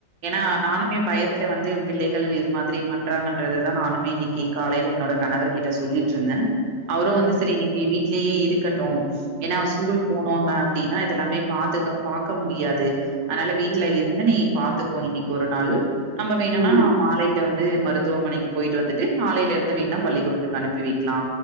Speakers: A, on the right; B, on the right.
A: ஏனா நானுமே பயத்துல வந்து பிள்ளைகள் இது மாதிரி பண்றாங்கன்றதுதா நானுமே இன்னைக்கு காலைல என்னோட கணவர்கிட்ட சொல்லீட்டிருந்த. அவரு
B: ம் ம்
A: வந்து சரி இன்னைக்கு வீட்லயே இருக்கட்டு ஏனா ஸ்கூல்
B: ம்
A: போனோங்க அப்டீனா இதெல்லாமே பாத்துக பாக்க முடியாது அதனால வீட்ல
B: ம்
A: இருந்து நீ பாத்துக்கோ இன்னைக்கு ஒரு நாள் நம்ம வேணுனா
B: ம்
A: மாலைல வந் து மருத்துவமனைக்கு போயிட்டு வந்துட்டு நாளைல இருந்து வேனா
B: ம்
A: பள்ளிக்கூடத்துக்கு அனுப்பி வைக்லா.